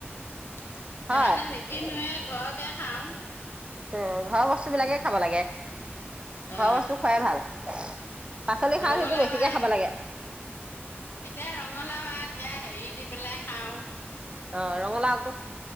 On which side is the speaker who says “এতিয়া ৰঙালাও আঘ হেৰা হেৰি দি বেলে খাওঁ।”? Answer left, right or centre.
Left